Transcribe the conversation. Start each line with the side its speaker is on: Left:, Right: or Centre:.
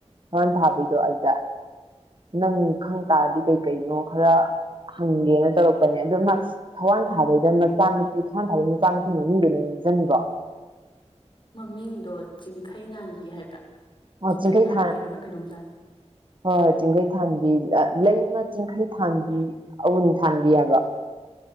Right: ꯐꯟ ꯊꯥꯕꯩꯗꯣ ꯑꯗꯨꯗ ꯅꯪ ꯈꯪ ꯇꯥꯔꯗꯤ ꯀꯩꯀꯩꯅꯣ ꯈꯔ ꯍꯪꯒꯦꯅ ꯇꯧꯔꯛꯄꯅꯦ ꯑꯗꯨꯅ ꯊꯋꯥꯟ ꯊꯥꯕꯩꯗ ꯃꯆꯥ ꯅꯨꯨꯄꯤ ꯊꯥ ꯊꯥꯒꯤ ꯃꯆꯥꯅꯨꯄꯤ ꯃꯃꯤꯡꯗꯨꯅ ꯅꯤꯖꯅꯤꯕꯣ
Left: ꯃꯃꯤꯡꯗꯣ ꯆꯤꯡꯈꯩ ꯉꯥꯡꯒꯤ ꯍꯥꯏꯕ꯭ꯔꯥ
Right: ꯑꯣ
Left: ꯆꯤꯡꯈꯩ ꯊꯥꯟꯕꯤ
Right: ꯊꯥꯟ
Left: ꯍꯥꯏꯕ꯭ꯔꯥ ꯀꯩꯗꯧꯝ ꯆꯥꯔꯦ
Right: ꯍꯣꯏ ꯍꯣꯏ ꯆꯤꯡꯈꯩ ꯊꯥꯟꯕꯤ ꯂꯩꯃ ꯆꯤꯡꯈꯩ ꯊꯥꯟꯕꯤ ꯑꯍ ꯊꯥꯟꯕꯤ ꯍꯥꯏꯕ